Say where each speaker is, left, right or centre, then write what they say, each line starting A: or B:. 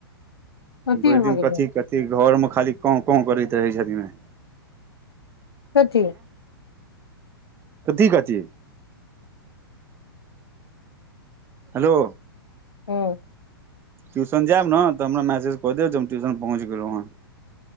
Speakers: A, on the left; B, on the right.
A: सोची
B: भरि
A: भगे
B: दिन कथी कथी घरमे खाली कांव कांव करैत रहैय छथिन ने
A: कथी
B: कथी कथी हलो
A: हूं
B: ट्यूशन जायब ने तऽ हमरा मैसेज कऽ देब जे हम ट्यूशन पहुँच गेलहुँ हेँ